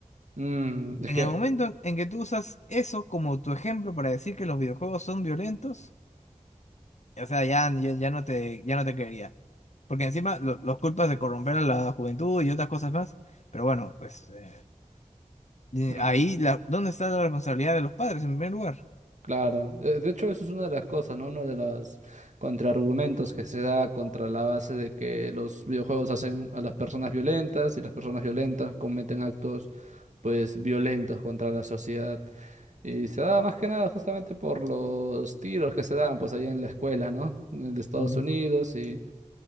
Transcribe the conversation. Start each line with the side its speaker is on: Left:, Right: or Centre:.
Right: Mm, es
Left: En
Right: que...
Left: el momento en que tú usas eso como tu ejemplo para decir que los videojuegos son violentos, o sea, ya, ya, ya no te, ya no te quería. Porque encima lo- los culpas de corromper a la juventud y otras cosas más. Pero bueno, pues eh, eh,
Right: mm.
Left: ahí, la, ¿dónde está la responsabilidad de los padres en primer lugar?
Right: Claro, Eh, de hecho eso es una de las cosas, ¿no? Uno de los contraargumentos que se da contra la base de que los videojuegos hacen a las personas violentas y las personas violentas cometen actos, pues, violentos contra la sociedad. Y se da más que nada justamente por los tiros que se dan, pues, allá en la escuela, ¿no? De Estados
Left: Ujú.
Right: Unidos y